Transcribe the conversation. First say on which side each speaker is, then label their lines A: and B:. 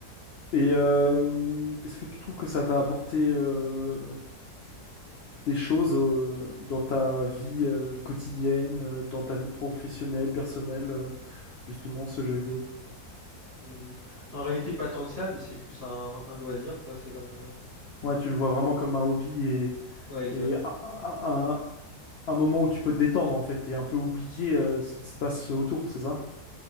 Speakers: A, on the left (about 80°); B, on the left (about 25°).
A: Et euh, est-ce que tu trouves que ça t'a apporté euh, des choses euh, dans ta vie euh, quotidienne, euh, dans ta vie professionnelle, personnelle, euh, justement, ce jeu vidéo?
B: Hum. En réalité, pas tant que ça, mais c'est plus un, un loisir, quoi. C'est comme. euh,
A: Ouais, tu le vois vraiment comme un hobby et,
B: Ouais, exact.
A: et un, un moment où tu peux te détendre en fait et un peu oublier euh, ce qui se passe autour, c'est ça?